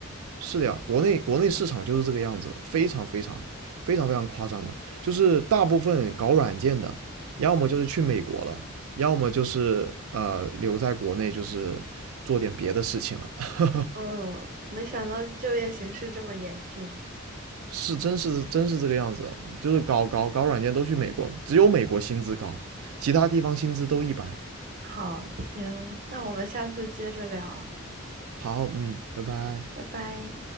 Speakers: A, on the right (about 85°); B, on the right (about 40°).
A: 是的呀，国内国内市场就是这个样子，非常非常非常非常夸张的，就是大部分搞软件的，要么就是去美国了，要么就是呃留在国内，就是做点别的事情了。<laughs>
B: 嗯，没想到就业形势这么严峻。
A: 是，真是真是这个样子，就是搞搞搞软件都去美国，只有美国薪资高，其他地方薪资都一般。
B: 好，行，那我们下次接着聊，
A: 好，嗯，拜拜。
B: 拜拜。